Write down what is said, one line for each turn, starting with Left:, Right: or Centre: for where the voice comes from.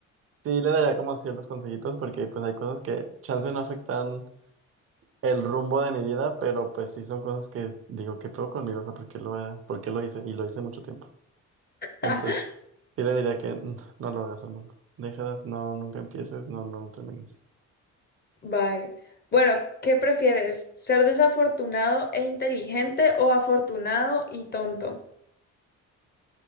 Right: sí le daría como ciertos consejitos porque pues hay cosas que chance no afectan el rumbo de mi vida, pero pues sí son cosas que digo, ¿qué pedo conmigo? O sea, ¿por qué lo, por qué lo hice? Y lo hice mucho tiempo. Entonces,
Left: <laughs>
Right: sí le diría que "Mm, no lo hagas, hermoso. Déjalas, no, nunca empieces, no, no, no termines.
Left: Vale. Bueno, ¿qué prefieres? ¿Ser desafortunado e inteligente o afortunado y tonto? <laughs>